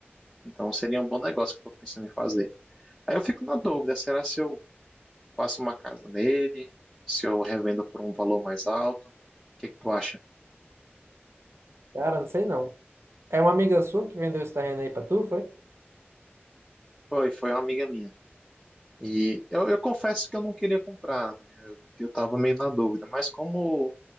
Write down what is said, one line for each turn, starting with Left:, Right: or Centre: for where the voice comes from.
Centre: Então seria um bom negócio que eu tô pensando em fazer. Aí eu fico na dúvida, será se eu faço uma casa nele, se eu revendo por um valor mais alto. O que que tu acha?
Right: Cara, não sei não. É uma amiga sua que vendeu esse terreno aí pra tu, foi?
Centre: Foi, foi uma amiga minha. E eu, eu confesso que eu não queria comprar, né? Que eu tava meio na dúvida, mas como